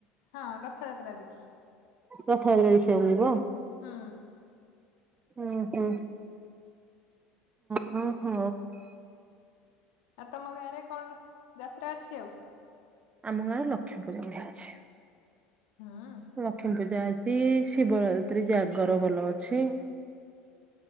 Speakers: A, on the left; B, on the right.
A: ହଁ ରଥଯାତ୍ରା ଦେଖି।
B: ରଥଯାତ୍ରା ଦେଖିବାକୁ ଯିବ?
A: ହଁ।
B: ହୁଁ ହୁଁ ହ ଓ ହୋ।
A: ଆଉ ତମ ଗାଁ ରେ କଣ ଯାତ୍ରା ଅଛି ଆଉ?
B: ଆମ ଗାଁର ଲକ୍ଷ୍ମୀ ପୂଜା ବଢ଼ିଆ ଅଛି।
A: ହୁଁ
B: ଲକ୍ଷ୍ମୀ ପୂଜା ଅଛି ଶିବରାତ୍ରୀ ଜାଗର ଭଲ ଅଛି।